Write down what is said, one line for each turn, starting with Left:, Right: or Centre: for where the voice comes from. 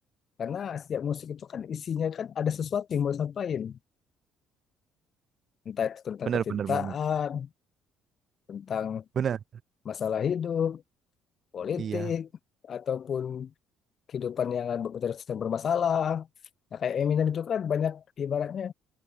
Left: karena setiap musik itu kan isinya kan ada sesuatu yang mau disampaikan entah itu tentang
Right: Bener-bener
Left: percintaan
Right: banget.
Left: tentang
Right: Bener.
Left: masalah hidup, politik,
Right: Iya
Left: ataupun kehidupan yang bermasalah. Nah, kayak Eminem itu kan banyak ibaratnya